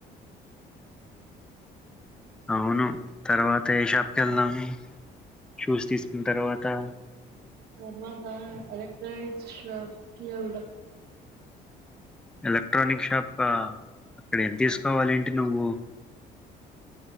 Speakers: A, in the centre; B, on the right.
A: అవును తర్వాత ఏ షాప్కి వెళ్దాము షూస్ తీసుకున్న తర్వాత త
B: తర్వాతా అదా ప్రవష్ కిలద
A: ఎలక్ట్రోనిక్షప్ ఆ ఇక్కడ ఏం తీసుకోవాల ఏంటి నువ్వు